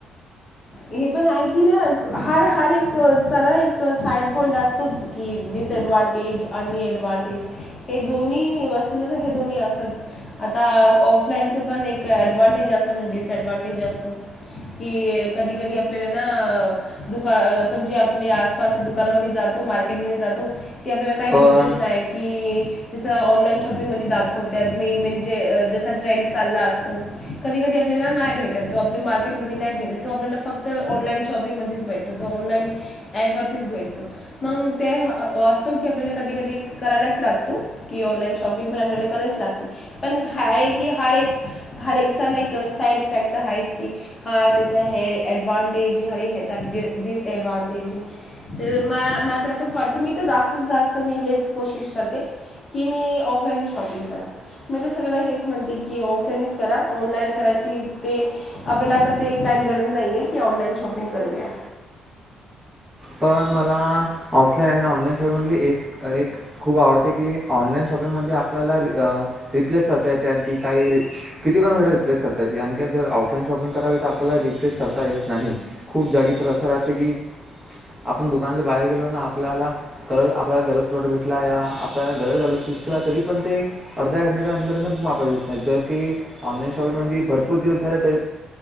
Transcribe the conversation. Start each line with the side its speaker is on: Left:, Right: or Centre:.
Left: हे पण आहे की, ना हर हर एक चला एक साइड पॉइंट असतोच कि, डिसएडव्हांटेज आणिएडव्हटेज हे दोन्ही वस्तू हे दोन्ही असतच आता ऑफलाईन- पण एक ऍडव्हांटेज अस डिसडवटेज असतो की, कधी कधी आपल्याला ना दुका आपण जे आप आसपासच्या दुकानामध्ये जातो मार्केट म जातो. ती आपल्याला काही
Right: पण
Left: भेटत नाही की, तस ऑनलाईन शॉपिंग म दाखवतात मेन म्हणजे जसा ट्रेंड चालला असतो, कधी कधी आपल्याला नाही भेटत, तो आपले मार्केटमध्ये नाही भेटत, तो आपल्याला फक्त ऑनलाईन शॉपिंगमध्येच भेटत, तो ऑनलाईन ॲपवरतीच भेटतो मग ते असतो की, आपल्याला कधी कधी करायलाच लागतो की, ऑनलाईन शॉपिंग पण आपल्याला करायच लागते पण हा आहे की हार एक हर एकचा ना एक साईड इफेक्ट आहेच की, हा त्याचा हे डव्हांटेज आणि ह्याचा डिसएडवांटेज आहे तर म मला तर असंच वाटतं, मी तर जास्तीत जास्त मी हेच कोशिश करते, की मी ऑफलाईन शॉपिंग करा मी तर सगळ्यांना हेच म्हणते की ऑफलाईनच करा. ऑनलाईन करायची ते आपल्याला आता ते काही गरज नाही, आहे की ऑनलाईन शॉपिंग करूया.
Right: पण मला ऑफलाईन- ऑनलाईन शॉपिंग म एक एक खूप आवडते की ऑनलाईन शॉपिंग मध्ये आपल्याला रिप्ले <unintelligible> <inaudible> स करता येते आणखी काही किती पण वेळे रिप्लेस करता येते, आणखी जर ऑफलाईन शॉपिंग करावी तर आपल्याला रिप्लेस करता येत नाही, खूप जागी तर असं राहते की. आपण दुकानाच्या बाहेर गेलो ना आपल्याला गत आपल्याला गलत प्रोडक्ट भेटला या आपल्याला गलत झा चूज केला तरी पण ते अर्ध्या घंट्याच्या अरर पण वापस घेत नाही, जर की ऑनलाईन शॉपिंग मध्ये भरपूर दिवस झाले, तरी